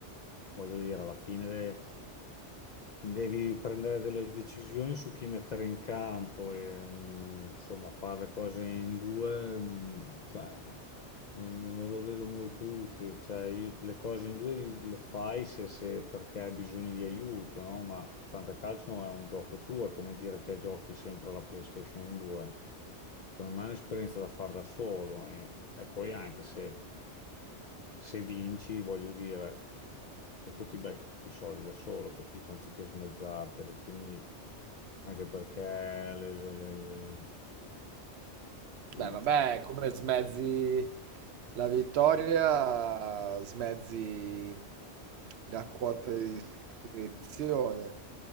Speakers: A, on the left (about 60°); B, on the right (about 70°).
A: voglio dire, alla fine de- devi prendere delle decisioni su chi mettere in campo e, mm, insomma, fare le cose in due, mm, cioè, non, non- non lo vedo molto utile. Cioè, io- le cose in due le fai se, se- perché hai bisogno di aiuto, no? Ma il fantacalcio è un gioco tuo, è come dire che giochi sempre alla PlayStation in due. Secondo me è un'esperienza da fare da solo e, e poi anche se, se vinci, voglio dire, dopo ti becchi tutti i soldi da solo, capito? Anziché smezzarteli, quindi anche perché le, le- le- le-
B: Beh,
A: i-
B: vabbè, come smezzi la vittoria, smezzi la quota di iscrizione